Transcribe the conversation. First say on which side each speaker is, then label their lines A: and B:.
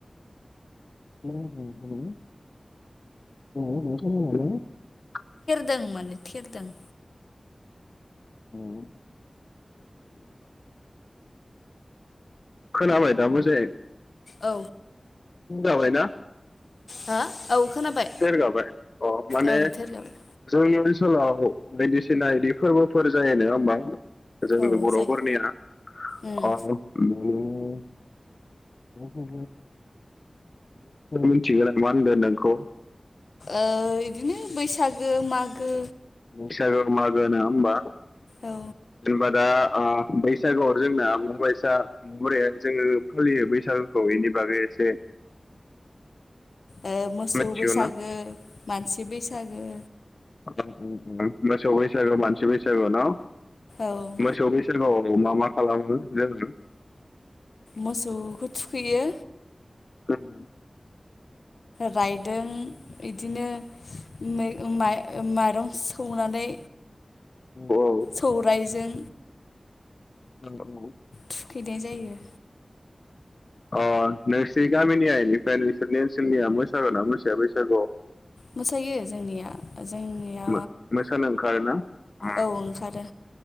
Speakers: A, on the left; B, on the left.
A: <unintelligible>
B: दों माने थेरदों।
A: <unintelligible> खोनाबाय दा मोजाङै?
B: औ
A: खोनाबायना?
B: हो औ। खोनाबाय
A: थेरगाबाय अ' माने
B: ओं थेरगाबाय
A: जोंनि ओनस सोलाव बायदिसिना इदि फोरबोफोर जायो, नोङा होमबा? जोंनि
B: औ
A: बर'
B: जायो
A: फोरनिया
B: उम
A: अ‌' उम <unintelligible> मुं मिथिगो नामा होनदो नोंखौ?
B: ओ बिदिनो बैसागो, मागो
A: बैसागो, मागो नोङा होमबा?
B: औ
A: जेनबा दा ओ बैसागुआव जोंना माबाइसा माबोरै जोङो फालियो बैसागुखौ बेनि बागै एसे
B: ओ मोसौ
A: मिथिगौ
B: बैसागो,
A: ना
B: मानसि बैसागो
A: <inaudible> उम उम मोसौ बैसागो, मानसि बैसागो न'?
B: औ
A: मोसौ बैसागोआव मा मा खालामो? जोङो
B: मोसौखौ थुखैयो।
A: उम
B: रायदों इदिनो मै-माइ-माइरं सौनानै।
A: औ
B: सौरायजों
A: उम उम।
B: थुखैनाय जायो।
A: ओ नोंसोरनि गामिनिया इनिफ्राय नोंसोरनि ओनसोलनिया मोसागोना मोसाया बैसागोआव?
B: मोसायो जोंनिया। जोंनिया
A: मो मोसानो ओंखारोना अ
B: औ ओंखारो।